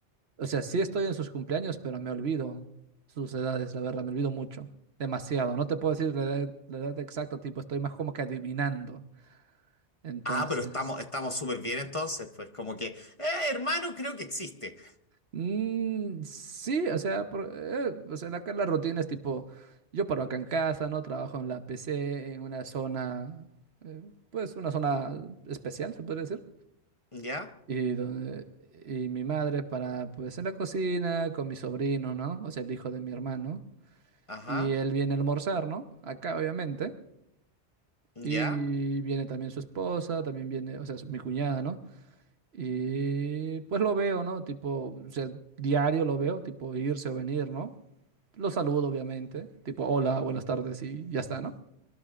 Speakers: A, on the right; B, on the left.
A: o sea, sí estoy en sus cumpleaños, pero me olvido sus edades, la verdad, me olvido mucho, demasiado. No te puedo decir la edad, la edad exacta, tipo, estoy más como que adivinando. Entonces,
B: Ah, pero estamos estamos súper bien entonces, pues como que, eh, hermano, creo que existe.
A: Mm, sí, o sea, por- eh, o sea, acá la rutina es tipo, yo paro acá en casa, ¿no? Trabajo en la PC, en una zona, eh, pues una zona especial, se podría decir.
B: Ya,
A: Y, donde, y mi madre para, pues en la cocina, con mi sobrino, ¿no? O sea, el hijo de mi hermano.
B: ajá,
A: Y él viene a almorzar, ¿no? Acá, obviamente.
B: ya,
A: Y viene también su esposa, también viene, o sea, mi cuñada, ¿no? Y pues lo veo, ¿no? Tipo, o sea, diario lo veo, tipo irse o venir, ¿no? Lo saludo, obviamente, tipo, hola, buenas tardes y ya está, ¿no?